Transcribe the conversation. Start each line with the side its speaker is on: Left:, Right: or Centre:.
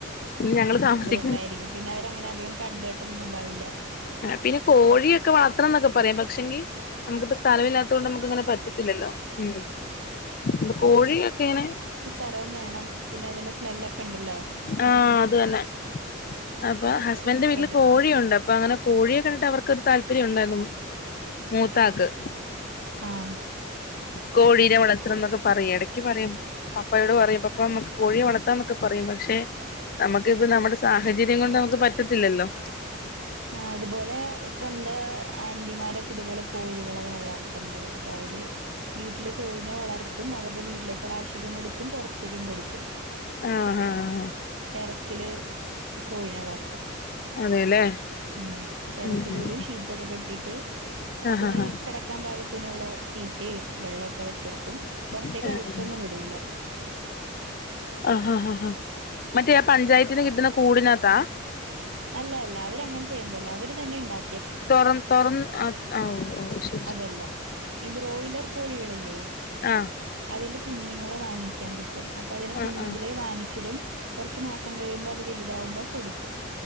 Left: <unintelligible> ഞങ്ങള് താമസിക്
Right: ഉണ്ടായിരിക്കും പിന്നെ അവര് അങ്ങനെ അധികം കണ്ടിട്ടോന്നും ഇണ്ടാവില്ല
Left: പിന്നെ കോഴിയൊക്കെ വളർത്തണം എന്നൊക്കെ പറയാം പക്ഷെങ്കി നമുക്ക്പ്പം സ്ഥലമില്ലാത്ത ത്തോണ്ട് നമുക്ക് ഇങ്ങനെ പറ്റത്തില്ലല്ലോ ഉം പ്പ കോഴിയൊക്കെ ഇങ്ങനെ.
Right: സ്ഥലം വേണം പിന്നെ അതിന്റെ സ്മെല്ലൊക്കെ ഇണ്ടല്ലോ.
Left: ആഹ് അത് തന്നെ അപ്പൊ
Right: അതൊക്കെ
Left: ഹസ്ബൻഡന്റെ
Right: ശ്രദ്ധിക്കണം
Left: വീട്ടില് കോഴിയുണ്ട് അ അപ്പൊ അങ്ങനെ കോഴിയെ കണ്ടിട്ട് അവർക്കരു താല്പര്യം ഉണ്ടായിരുന്നു മൂത്താക്ക്.
Right: ആഹ്.
Left: കോഴീനെ വളർത്തണം ന്നൊക്കെ പറയും എടക്ക് പറയും. പപ്പയോട് പറയും പപ്പ മ്മക്ക് കോഴിയെ വളർത്താന്നൊക്കെ പറയും പക്ഷെ. നമ്മക്ക് ഇപ്പം നമ്മുടെ സാഹചര്യം കൊണ്ട് നമുക്ക് പറ്റത്തില്ലല്ലോ.
Right: ആഹ് ഇതുപോലെ ഇപ്പം എന്റെ ആന്റിമാരൊക്കെ ഇതുപോലെ കോഴികളൊക്കെ വളർത്തണ്ട്. അപ്പൊ അവര്. വീട്ടില് കോഴിനെ വളർത്തും അവരുടെ വീട്ടിലേക്കുള്ള ആവശ്യത്തിന് എടുക്കും പൊറത്തേക്കും കൊടുക്കും.
Left: ആഹഹ് ആഹ്.
Right: ടെറസില് കോഴിനെ വളർത്തും.
Left: അതെല്ലേ.
Right: ഉം ടെറസില്
Left: ഉം ഉം
Right: ഒരു ഷീറ്റൊക്കെ കെട്ടീട്ട് അതിന്
Left: ആഹ് ആഹ്
Right: കട. ക്കാൻ പാകത്തിനുള്ള തീറ്റയും വെള്ളൊക്കെ വെച്ച്ടുക്കും. പൊറത്തേക്ക്
Left: ഉം
Right: അഴിച്ചൊന്നും
Left: ഉം
Right: വിടൂല.
Left: അഹ ഹ ഹ മറ്റേ ആ പഞ്ചായത്തിന്ന് കിട്ടുന്ന കൂടിനകത്താ.
Right: അല്ലല്ല അവര് അങ്ങനെ ചെയ്യുന്നല്ല അവര് തന്നെ ഇണ്ടാ
Left: തൊറ തൊറന്ന് ആ ആ ഓ ഓ ശ്.
Right: അതല്ല ഈ ബ്രോയിലർ കോഴികളില്ലേ.
Left: ആഹ്
Right: അതിന്റെ കുഞ്ഞുങ്ങളെ വാങ്ങിക്കാൻ കി ട്ടും അപ്പൊ അതിനെ
Left: ആഹ്
Right: കുഞ്ഞ്തിലെ
Left: ആഹ്
Right: വാങ്ങിച്ചിടും കൊറച്ച് മാസം കഴിയുമ്പോ അത് വലുതാകുമ്പോൾ കൊടുക്കും.